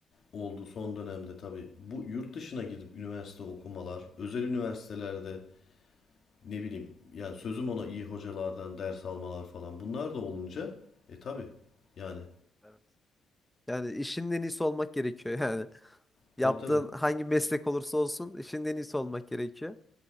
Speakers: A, on the left; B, in the centre.
A: oldu son dönemde tabii. Bu yurt dışına gidip üniversite okumalar, özel üniversitelerde ne bileyim yani sözüm ona iyi hocalardan ders almalar falan. Bunlar da olunca e tabii yani
B: Evet. Yani işin en iyisi olmak gerekiyor yani. <laughs>
A: tabii
B: Yaptığın
A: tabii
B: hangi meslek olursa olsun işin en iyisi olmak gerekiyor.